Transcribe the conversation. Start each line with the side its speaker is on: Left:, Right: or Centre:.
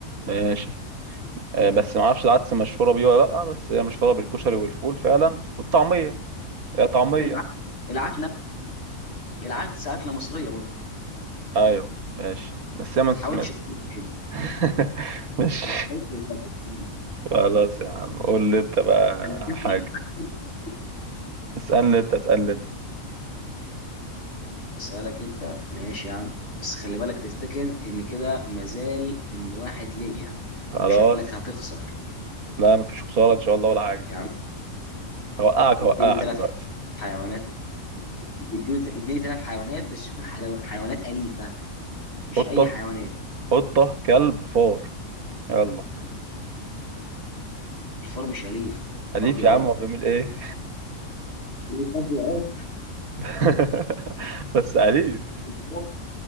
Right: ماشي آه، بس ما اعرفش العدس مشهوره بيه ولا لا بس هي مشهوره بالكشري والفول فعلا والطعميه يا طعميه
Left: العدس العدس نفس- العدس اكله مصريه برضه
Right: ايوه ماشي بس هي منس...
Left: ما تحاولش
Right: م-
Left: تقول كده.
Right: <laughs>
Left: ما
Right: ماشي
Left: تحاولش تقول كده.
Right: خلاص يا عم قول لي انت بقى
Left: انا ما أكلتش
Right: حاجه
Left: العدس.
Right: اسالني انت اسالني انت
Left: اسالك انت ماشي يا عم بس خلي بالك تفتكر ان كده مازال ان واحد ليا
Right: خلاص
Left: وشكلك هتخسر
Right: لا مفيش خساره ان شاء الله ولا حاجه
Left: يا عم
Right: هوقعك
Left: اديني
Right: هوقعك
Left: ثلاث
Right: دلوقتي
Left: حيوانات اديني اديني ثلاث حيوانات بس يكون حلو- حيوانات أليفة مش
Right: قطه
Left: أي حيوانات
Right: قطه كلب فار يلا
Left: الفار مش أليف الفار
Right: أليف
Left: بيعض
Right: يا عم هو بيعمل إيه
Left: الفار
Right: <laughs> بس أليف
Left: بيعض